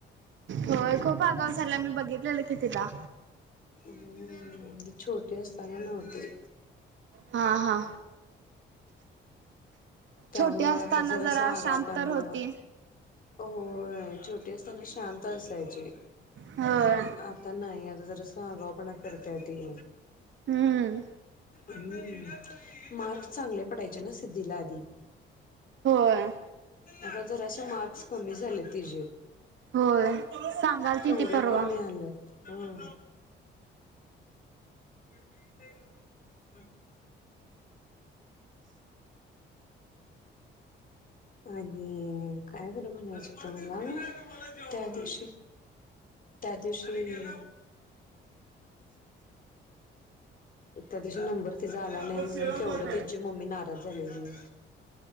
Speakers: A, on the right; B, on the left.
A: होय खूप आगाव झाला मी बघितलेलं की तिला.
B: हम्म छोटे असताना नवती.
A: हा हा.
B: त्यामुळ
A: छोटी असताना
B: आता जरासा
A: जरा
B: आगाव
A: शांत
B: पणा
A: तर होती
B: होय छोटी असताना शांत असायची.
A: होय
B: आता नाही आता जरासा आगाव पणा करताये ती.
A: हम्म
B: हम्म मार्क्स चांगले पडायचे ना सिद्धीला आधी.
A: होय.
B: आता जराशे मार्क्स कमी झाले तिजे.
A: होय सांगाल ती
B: केवढे
A: ती परवा
B: कमी आलेत, ह. <unintelligible> आणि. काय बरं म्हणायचं तुम्हाला त्या दिवशी त्या दिवशी त्या दिवशी नंबर तिचा आला नाही
A: होय
B: म्हणून केवढ त्याची मम्मी नाराज झालेली.